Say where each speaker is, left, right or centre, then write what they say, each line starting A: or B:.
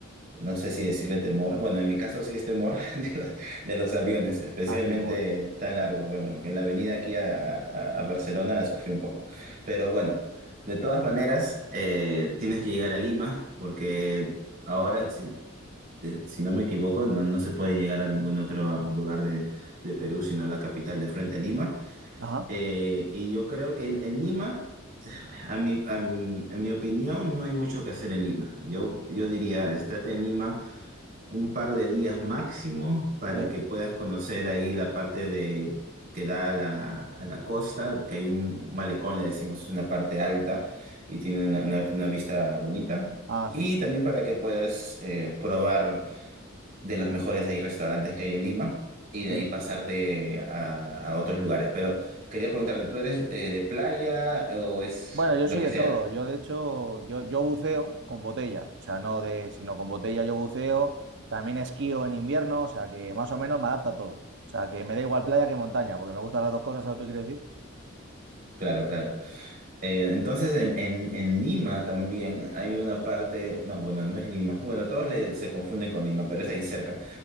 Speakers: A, on the right (about 45°); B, on the right (about 60°).
A: no sé si decirle temor, bueno, en mi caso sí es temor <laughs> de los, de los aviones, especialmente
B: Ah, sí, joder.
A: tan largo. Bueno, en la avenida aquí a, a- a Barcelona la sufrí un poco, pero bueno, de todas maneras eh, tienes que llegar a Lima porque ahora, si, de- si no me equivoco, no, no se puede llegar a ningún otro lugar de, de Perú, sino a la capital de frente a Lima.
B: Ajá,
A: Eh, y yo creo que en, en Lima, a mi, a mi- a mi opinión, no hay mucho que hacer en Lima. Yo, yo diría, estate en Lima un par de días máximo para
B: sí.
A: que puedas conocer ahí la parte de que da a la, a la costa, que hay un malecón, le decimos, es una parte alta y tiene una, una- una vista bonita.
B: Ah,
A: Y
B: sí,
A: también para que puedas eh, probar de los mejores ahí restaurantes que hay en Lima y de
B: sí.
A: ahí pasarte a, a otros lugares. Pero quería preguntarte, ¿tú eres eh, de playa o es
B: Bueno, yo
A: lo
B: soy
A: que
B: de
A: sea?
B: todo. Yo, de hecho, yo, yo buceo con botella. O sea, no de, sino con botella yo buceo. También esquío en invierno, o sea, que más o menos me adapta a todo. O sea, que me da igual playa que montaña, porque me gustan las dos cosas, ¿sabes lo que quiero decir?
A: Claro, claro. Eh, entonces en, en, en Lima también hay una parte, no, bueno, no es Lima, bueno, todos le- se confunden con Lima, pero es ahí cerca,